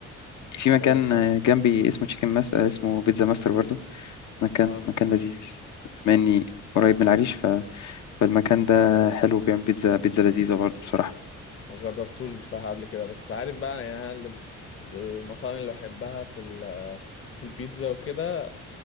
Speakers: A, on the left; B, on the left.
A: في مكان
B: أيوة فاهم
A: آه، جنبي اسمه تشيكن ماس آه، اسمه بيتزا ماستر برضه مكان
B: اه
A: مكان لذيذ بما اني قريب من العريش ف... فالمكان ده حلو بيعمل بيتزا بيتزا لذيذه برضه بصراحه
B: ما جربتوش بصراحة قبل كده بس عارف بقى يعني أنا اللي ب- المطاعم اللي بحبها في ال في البيتزا وكده